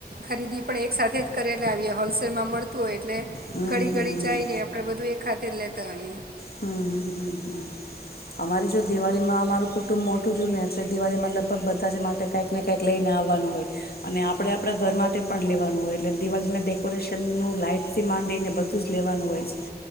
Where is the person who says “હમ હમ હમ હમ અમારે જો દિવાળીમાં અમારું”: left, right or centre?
Left